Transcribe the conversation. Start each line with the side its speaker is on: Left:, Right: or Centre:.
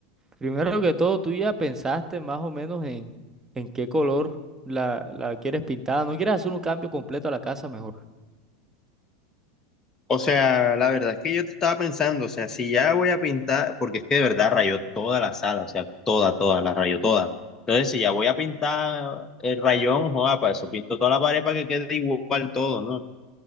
Right: Primero que todo, tú ya pensaste más o menos en, en qué color la, la quieres pintada. ¿No quieres hacer un cambio completo a la casa mejor?
Left: O sea, la verdad es que yo estaba pensando, o sea, si ya voy a pintar, porque es que de verdad rayó toda la sala, o sea, toda, toda, la rayó toda. Entonces, si ya voy a pintar el rayón, joda, para eso pinto toda la pared para que quede igual todo, ¿no?